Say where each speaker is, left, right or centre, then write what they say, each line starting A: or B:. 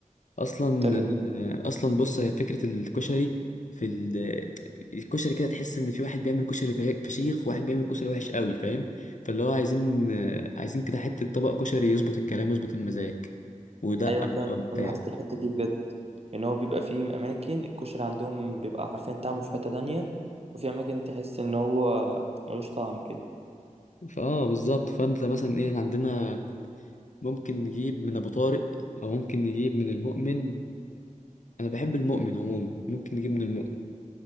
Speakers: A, on the left; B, on the right.
A: اصلا
B: طب
A: اصلا بص هي فكره الكشري في ال... الكشري كده تحس ان في واحد بيعمل كشري فشي- فشيخ وواحد بيعمل كشري وحش قوي فاهم فاللي هو عايزين عايزين كده حته طبق كشري يظبط الكلام يظبط المزاج ويدقق
B: ايوه فعلا
A: بقى وبتاع
B: أنا لاحظت الحته دي بجد ان هو بيبقى فيه اماكن الكشري عندهم بيبقى حرفيا طعمه في حته تانية وفي اماكن تحس ان هو ملوش طعم كده
A: فاه بالظبط فانت مثلا ايه إحنا عندنا ممكن نجيب من ابو طارق او ممكن نجيب من المؤمن انا بحب المؤمن عموما ممكن نجيب من المؤمن